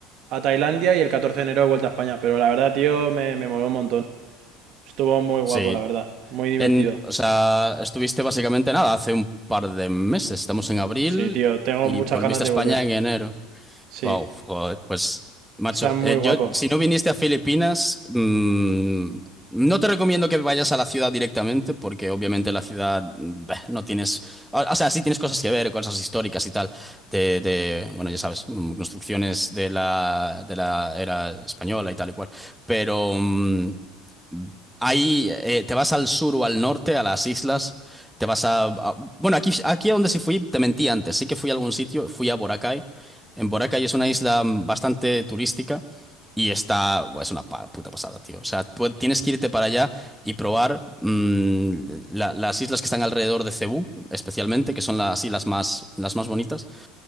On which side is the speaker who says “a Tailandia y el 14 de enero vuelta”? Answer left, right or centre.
Right